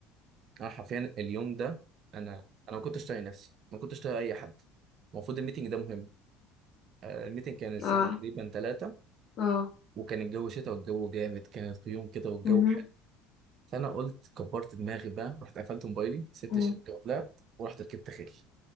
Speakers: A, on the right; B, on the left.
A: انا حرفيا اليوم ده انا انا ما كنتش طايق نفسي ما كنتش طايق اي حد المفروض الميتنج ده مهم آه، الميتنج كان الساعه
B: اه
A: تقريبا 3
B: اه
A: وكان الجو شتاء والجو جامد كانت غيوم كده والجو
B: مهم.
A: حلو فانا قلت كبرت دماغي بقى رحت قفلت موبايلي سبت
B: مم.
A: الشركه وطلعت ورحت ركبت خيل <laughs>